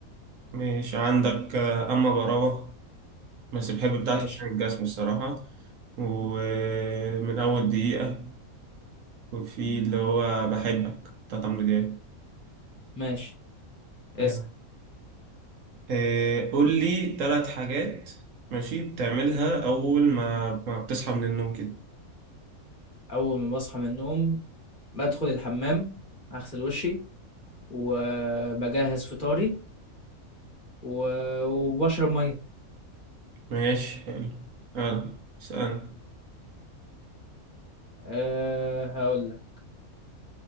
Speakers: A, on the right; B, on the left.
A: ماشي عندك آه، أما براوة بس بحب بتاعت
B: ماشي
A: حسين الجسمي الصراحة ومن أول دقيقة وفي اللي هو بحبك بتاعت عمرو دياب
B: ماشي اسال
A: يا. آه، قول لي ثلاث حاجات ماشي بتعملها أول ما ما بتصحى من النوم كده
B: اول ما بصحى من النوم بدخل الحمام اغسل وشي وبجهز فطاري و- وبشرب ميه
A: ماشي حلو يلا اسألني
B: أه هقول لك